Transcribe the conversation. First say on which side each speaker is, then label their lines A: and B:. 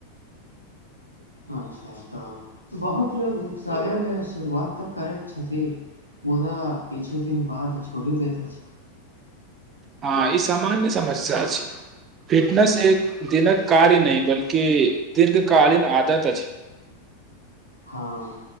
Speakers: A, on the left; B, on the right.
A: अच्छा तऽ बहुत लोग उत्साहेमे शुरुआत तऽ करैत छथि मुदा किछु दिन बाद छोड़ि दैत अछि
B: हँ ई सामान्य समस्या अछि फिटनेस एक दिनक कार्य नहि बल्कि दीर्घकालीन आदत अछि
A: हँ